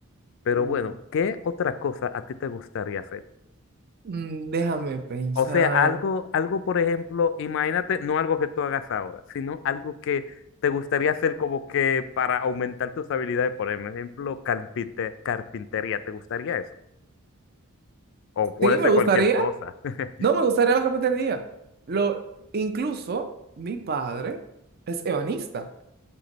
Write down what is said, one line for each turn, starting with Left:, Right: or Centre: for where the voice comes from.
Left: Pero
Right: Mm.
Left: bueno, ¿qué otra cosa a ti te gustaría hacer?
Right: Mm, déjame pensar.
Left: O sea, algo, algo por ejemplo, imagínate, no algo que tú hagas ahora, sino algo que te gustaría hacer como que para aumentar tus habilidades, por ejemplo, carpinte- carpintería, ¿te gustaría eso? O puede
Right: Sí,
Left: ser
Right: me gustaría.
Left: cualquier cosa. <laughs>
Right: No, me gustaría la cafetería. Lo, incluso mi padre es ebanista